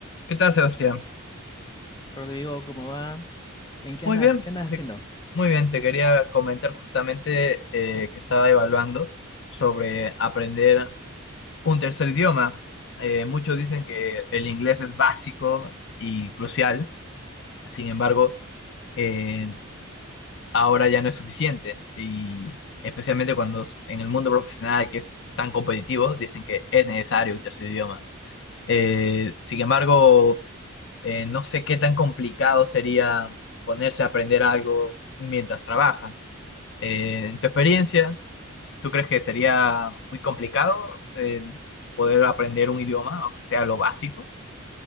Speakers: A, on the left; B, on the left.
A: ¿Qué tal, Sebastián?
B: Rodrigo, ¿cómo va? ¿En qué
A: Muy
B: andas?
A: bien,
B: ¿Qué andas haciendo?
A: te- muy bien. Te quería comentar justamente eh, que estaba evaluando sobre aprender un tercer idioma. Eh, muchos dicen que el inglés es básico y crucial, sin embargo, eh, ahora ya no es suficiente. Y especialmente cuando s- en el mundo profesional, que es tan competitivo, dicen que es necesario un tercer idioma. Eh, sin embargo, Eh, no sé qué tan complicado sería ponerse a aprender algo mientras trabajas. Eh, en tu experiencia, ¿tú crees que sería muy complicado eh, poder aprender un idioma, aunque sea lo básico?